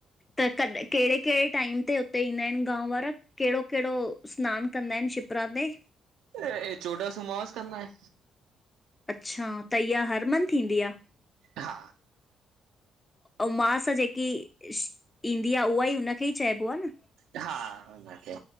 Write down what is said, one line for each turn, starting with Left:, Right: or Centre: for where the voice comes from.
Left: त तॾ केड़े केड़े टाइम ते उते ईंदा आहिनि गांव वारा? केड़ो केड़ो स्नानु कंदा आहिनि शिप्रा ते?
Right: एं चोॾसि उमास कंदा इन।
Left: अच्छा, त इहा हर मन्थ थींदी आ।
Right: हा
Left: उउमास जेकी ईंदी आ, उहा ई उनखे ई चइबो आ न
Right: हा, हुनखे